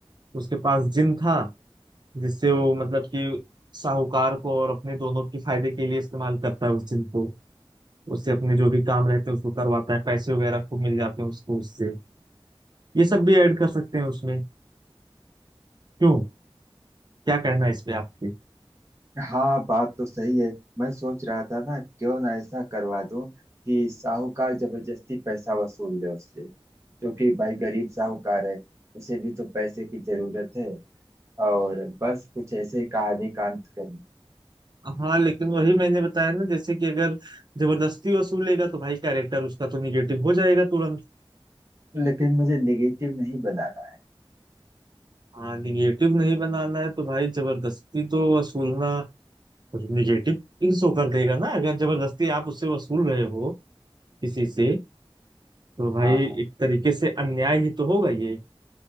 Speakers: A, on the right; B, on the right.
A: उसके पास जिन था जिससे वो मतलब कि साहूकार को और अपने दोनों के फायदे के लिए इस्तेमाल करता है उस जिन को उससे अपने जो भी काम रहते हैं उसको करवाता है पैसे वगैरह खूब मिल जाते हैं उसको उससे ये सब भी ऐड कर सकते हैं उसमें क्यों क्या कहना है इस पे आपके
B: हाँ बात तो सही है मैं सोच रहा था ना क्यों ना ऐसा करवा दूं कि साहूकार जबरदस्ती पैसा वसूल ले उससे क्योंकि भाई गरीब साहूकार है उसे भी तो पैसे की जरूरत है और बस कुछ ऐसे ही कहानी का अंत करें
A: हाँ लेकिन वही मैंने बताया ना जैसे कि अगर जबरदस्ती वसूलेगा तो भाई कैरेक्टर उसका तो निगेटिव हो जाएगा तुरंत
B: लेकिन मुझे नेगेटिव नहीं बनाना है
A: हाँ निगेटिव नहीं बनाना है तो भाई जबरदस्ती तो वसूलना निगेटिव शो कर देगा ना अगर जबरदस्ती आप उससे वसूल रहे हो किसी से तो भाई
B: हाँ हाँ
A: एक तरीके से अन्याय ही तो होगा ये